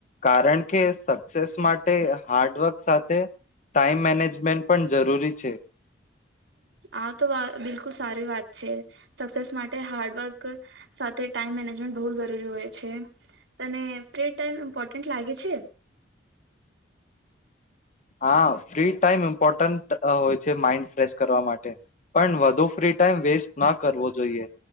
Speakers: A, on the left (about 40°); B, on the right (about 80°).
A: કારણ કે સક્સેસ માટે હાર્ડવર્ક સાથે ટાઈમ મેનેજમેન્ટ પણ જરૂરી છે.
B: આ તો બિલકુલ સારી વાત છે, સક્સેસ માટે હાર્ડવર્ક સાથે ટાઈમ મેનેજમેન્ટ બહુ જરૂરી હોય છે, તને.. ફ્રી ટાઈમ ઈન્પોર્ટેન્ટ લાગે છે? છે?
A: હા ફ્રી ટાઈમ ઇમ્પોર્ટન્ટ હોય છે માઈન્ડ ફ્રેશ કરવા, માટે પણ વધુ ફ્રી ટાઈમ વેસ્ટ ન કરવો જોઈએ,